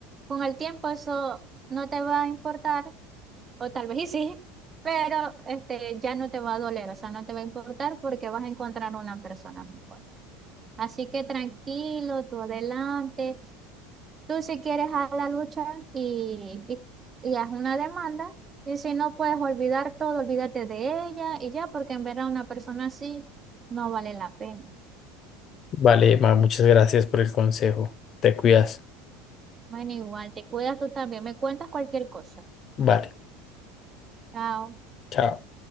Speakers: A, on the right; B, on the left.
A: con el tiempo eso no te va a importar, o tal vez y sí, pero este, ya no te va a doler, o sea, no te va a importar porque vas a encontrar una persona mejor. Así que tranquilo, tú adelante. Tú si quieres a la lucha y, y, y haz una demanda y si no puedes olvidar todo, olvídate de ella y ya, porque en ver a una persona así no vale la pena.
B: Vale, Emma, muchas gracias por el consejo. Te cuidas.
A: Bueno, igual, te cuidas tú también, me cuentas cualquier cosa.
B: Vale,
A: Chao.
B: chao.